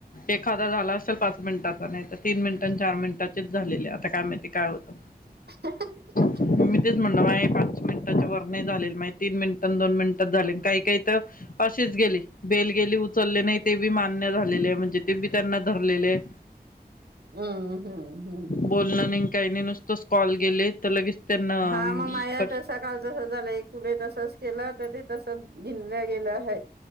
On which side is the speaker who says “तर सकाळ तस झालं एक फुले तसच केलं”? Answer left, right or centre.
Right